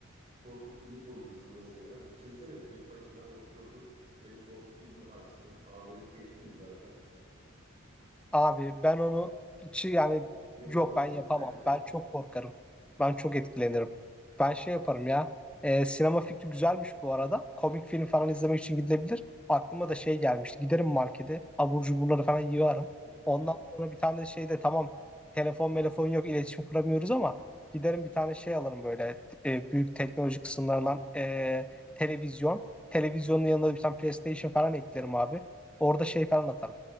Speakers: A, on the right (about 35°); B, in the centre.
A: Korku filmi koyuyorsun mesela. Düşünsene tek başına oturdun. Hem korku filmi açtın. AVM'de teksin zaten.
B: Abi ben onu hiç yani
A: Yapılabilir
B: yok ben yapamam.
A: mi sence?
B: Ben çok korkarım. Ben çok etkilenirim. Ben şey yaparım ya. e, sinema fikri güzelmiş bu arada. Komik film falan izlemek için gidilebilir. Aklıma da şey gelmişti. Giderim markete. Abur cuburları falan yiyorum.
A: O
B: Ondan sonra bir tane şey de tamam. Telefon telefon yok iletişim kuramıyoruz ama giderim bir tane şey alırım böyle e, büyük teknoloji kısımlarından e, televizyon. Televizyonun yanına da bir tane PlayStation falan eklerim abi. Orada şey falan atarım.